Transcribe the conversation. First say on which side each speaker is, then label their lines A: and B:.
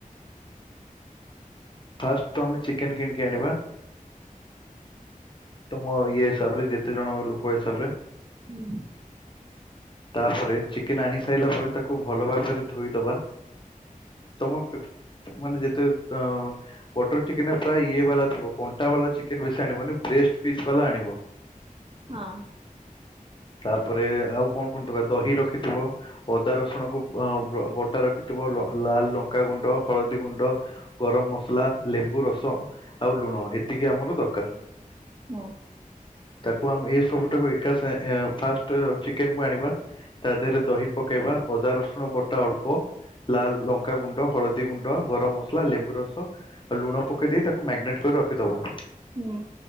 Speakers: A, on the left; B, on the right.
A: ଫାଷ୍ଟ ତ ଆମେ ଚିକେନ କିଣିକି ଆଣିବା। ତମ ଇଏ ହିସାବରେ ଯେତେ ଜଣ ଲୋକ ହିସାବ ରେ।
B: ହୁଁ।
A: ତାପରେ ଚିକେନ ଆଣି ସାଇଲା ପରେ ତାକୁ ଭଲ ଭାବରେ ଧୋଇଦବା। ତମ ପେପ ମାନେ ଯେତେ ଅ ବଟର ଚିକେନ ପ୍ରାୟ ଇଏ ବାଲା ଥିବ କଣ୍ଟା ବାଲା ଚିକେନ ବେଶୀ ଆଣିବନି ବ୍ରେଷ୍ଟ ପିସ୍ ବାଲା ଆଣିବ। ହ
B: ହଁ।
A: ତାପରେ ଆଉ କଣ କଣ ଦକାର ଦହି ରଖିଥିବ ଅଦା ରସୁଣକୁ ବଅ ବ ବଟା ରଖିଥିବ ଲ ଲାଲ ଲଙ୍କା ଗୁଣ୍ଡ ହଳଦୀ ଗୁଣ୍ଡ ଗରମ ମସଲା ଲେମ୍ବୁ ରସ ଆଉ ଲୁଣ ଏତିକି ଆମର ଦକାର।
B: ହଁ।
A: ତାକୁ ଆମେ ଏ ସବୁକୁ ଏକା ଫାଷ୍ଟ ଚିକେନ କୁ ଆଣିବା। ତା ଦେହରେ ଦହି ପକେଇବା, ଅଦା ରସୁଣ ବଟା ଅଳ୍ପ ଲାଲ ଲଙ୍କା ଗୁଣ୍ଡ, ହଳଦୀ ଗୁଣ୍ଡ, ଗରମ ମସଲା, ଲେମ୍ବୁ ରସ ଆଉ ଲୁଣ ପକେଇ ଦେଇ, ତାକୁ ମ୍ୟାରିନେଟ୍ କରି ରଖିଦବା।
B: ହୁଁ